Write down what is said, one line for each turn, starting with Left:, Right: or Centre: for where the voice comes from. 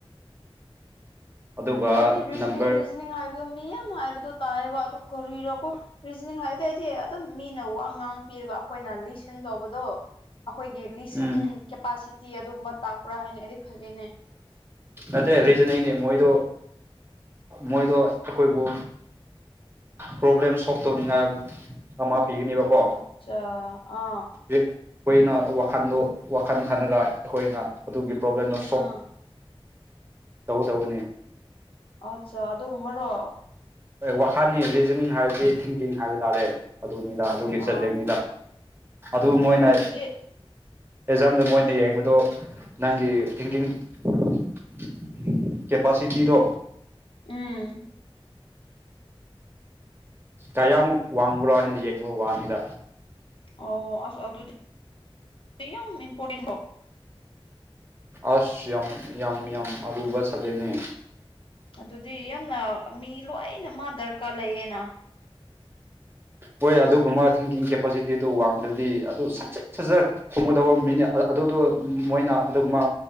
Right: ꯑꯗꯨꯒ
Left: ꯑꯩꯗꯤ ꯔꯤꯖꯅꯤꯡ
Right: ꯅꯝꯕꯔ
Left: ꯔꯤꯖꯅꯤꯡ ꯍꯥꯏꯕꯗꯣ ꯃꯤ ꯌꯥꯝ ꯍꯥꯏꯕꯗꯣ ꯇꯥꯏꯌꯦꯕ ꯑꯗꯨ ꯀꯔꯤꯔꯀꯣ꯫ ꯔꯤꯖꯅꯤꯡ ꯍꯥꯏꯕꯗꯤ ꯍꯥꯏꯗꯤ ꯑꯗꯨꯝ ꯃꯤꯅ ꯋꯥ ꯉꯥꯡ ꯄꯤꯔꯒ ꯑꯩꯈꯣꯏꯅ ꯂꯤꯁꯤꯟ ꯇꯧꯕꯗꯣ꯫ ꯑꯩꯈꯣꯏꯒꯤ ꯂꯤꯁꯟ
Right: ꯎꯝ
Left: ꯀꯦꯄꯥꯁꯤꯇꯤ ꯑꯗꯨꯒꯨꯝꯕ ꯇꯥꯛꯄ꯭ꯔꯥ ꯍꯥꯏꯅ ꯑꯩꯗꯤ ꯈꯜꯂꯤꯅꯦ꯫
Right: ꯅꯠꯇꯦ ꯔꯤꯖꯅꯤꯡꯅꯦ ꯃꯣꯏꯗꯣ ꯃꯣꯏꯗꯣ ꯑꯩꯈꯣꯏꯕꯨ ꯄ꯭ꯔꯣꯕ꯭ꯂꯦꯝ ꯁꯣꯜꯕ ꯇꯧꯅꯤꯡꯉꯥꯏ ꯑꯃ ꯄꯤꯒꯅꯦꯕꯀꯣ꯫
Left: ꯑꯆꯥ ꯑ
Right: ꯍꯧ ꯑꯩꯈꯣꯏꯅ ꯋꯥꯈꯟꯗꯣ ꯋꯥꯈꯜ ꯈꯜꯂꯒ ꯑꯩꯈꯣꯏꯅ ꯑꯗꯨꯒꯤ ꯄ꯭ꯔꯣꯕ꯭ꯂꯦꯝꯗꯣ ꯁꯣꯛ
Left: ꯑꯥ
Right: ꯇꯧꯒꯗꯧꯕꯅꯦ꯫
Left: ꯑꯠꯆꯥ ꯑꯗꯨꯒꯨꯝꯕꯔꯣ꯫
Right: ꯋꯥꯈꯟꯅꯤ ꯔꯤꯖꯤꯅꯤꯡ ꯍꯥꯏꯕꯗꯤ ꯊꯤꯡꯀꯤꯡ ꯍꯥꯏꯕ ꯇꯥꯔꯦ ꯑꯗꯨꯅꯤꯗ꯫ ꯑꯗꯨꯒꯤ ꯆꯠꯂꯤꯅꯤꯗ
Left: ꯑꯥ
Right: ꯑꯗꯨ ꯃꯣꯏꯅ
Left: ꯑꯣ ꯑꯗꯨꯗꯤ
Right: ꯑꯦꯖꯥꯝꯗ ꯃꯣꯏꯅ ꯌꯦꯡꯕꯗꯣ ꯅꯪꯒꯤ ꯊꯤꯡꯒꯤꯡ <unintelligible> ꯀꯦꯄꯥꯁꯤꯇꯤꯗꯣ꯫
Left: ꯎꯝ꯫
Right: ꯀꯌꯥꯃꯨꯛ ꯋꯥꯡꯕ꯭ꯔꯣ ꯍꯥꯅ ꯌꯦꯡꯕ ꯋꯥꯅꯤꯗ꯫
Left: ꯑꯣ ꯑꯁ ꯑꯗꯨꯗꯤ <unintelligible> ꯌꯥꯝ ꯏꯝꯄꯣꯔꯇꯦꯟ ꯑꯣꯏ
Right: ꯑꯁ ꯌꯥꯝ ꯌꯥꯝ ꯌꯥꯝ ꯑꯔꯨꯕ ꯁꯕꯖꯦꯛꯅꯤ꯫
Left: ꯑꯗꯨꯗꯤ ꯌꯥꯝꯅ ꯃꯤ ꯂꯣꯏꯅ ꯃꯥ ꯗꯔꯀꯥꯔ ꯂꯩꯌꯦꯅ꯫
Right: ꯍꯣꯏ ꯑꯗꯨꯝꯕ ꯃꯥ ꯊꯤꯡꯀꯤꯡ ꯀꯦꯄꯥꯁꯤꯇꯤꯗꯨ ꯋꯥꯡꯗ꯭ꯔꯗꯤ ꯑꯗꯨ ꯁꯠ ꯁꯠ ꯁꯠꯖꯔ ꯈꯨꯝꯃꯨꯗꯕ ꯃꯤꯅꯤꯠ ꯑꯗꯨꯗꯣ ꯃꯣꯏꯅ ꯑꯗꯨꯒꯨꯝꯕ